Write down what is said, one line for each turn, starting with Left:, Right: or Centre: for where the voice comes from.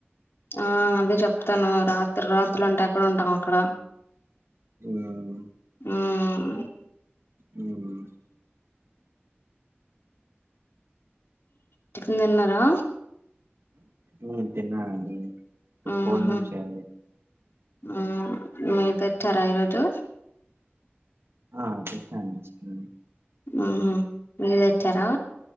Left: ఆ అదే చెప్తాను రాత్రి రాత్రులు అంటే ఎక్కడ ఉంటాం అక్కడ
Right: హ్మ్
Left: మ్మ్
Right: హ్మ్
Left: టిఫెన్ తిన్నారా
Right: హమ్ తిన్నానండి ఫుట్బాల్
Left: మ్మ్ హు
Right: నుంచిచేయాలి
Left: మ్మ్ మీరు తెచ్చారా ఈ రోజు
Right: ఆ తెచ్చ అండి చికెన్
Left: ఆ హమ్ మీరు తెచ్చారా